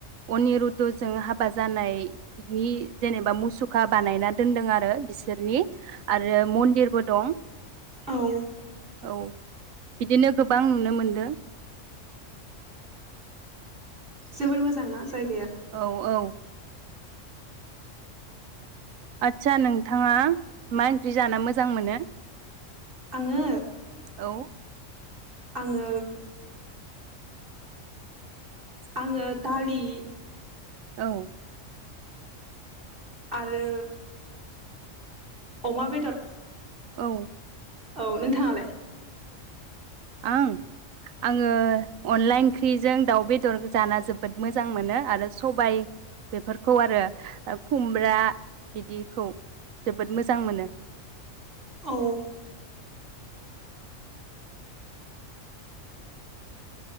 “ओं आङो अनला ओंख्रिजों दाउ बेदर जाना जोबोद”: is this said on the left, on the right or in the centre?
Right